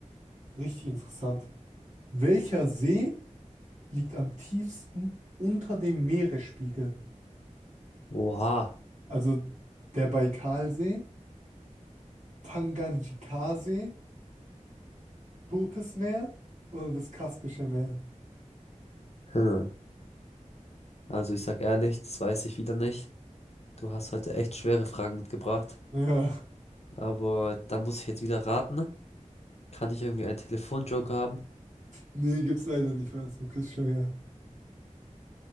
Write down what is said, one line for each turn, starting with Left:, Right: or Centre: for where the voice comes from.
Right: richtig interessant. Welcher See liegt am tiefsten unter dem Meeresspiegel?
Left: Oha.
Right: Also der Baikalsee, Tanganjikasee, Totes Meer oder das Kaspische Meer?
Left: Hm. Also ich sag ehrlich, das weiß ich wieder nicht. Du hast heute echt schwere Fragen mitgebracht.
Right: Ja,
Left: Aber da muss ich jetzt wieder raten. Kann ich irgendwie einen Telefonjoker haben?
Right: nee, gibt's leider nicht bei uns im Quizshow hier.